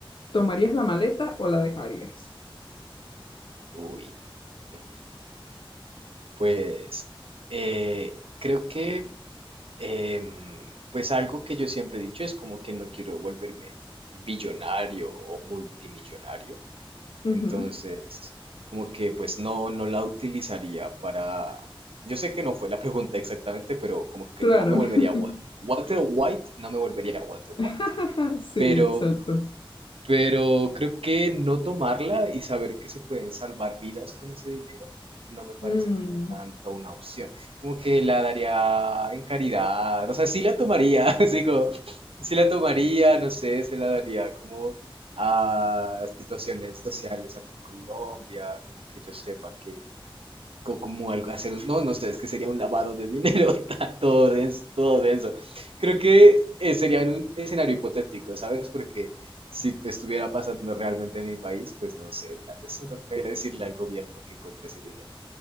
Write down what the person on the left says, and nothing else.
¿Tomarías la maleta o la dejarías?
Ujú,
Claro.
<laughs>
<laughs> Sí,
exacto.
Mm.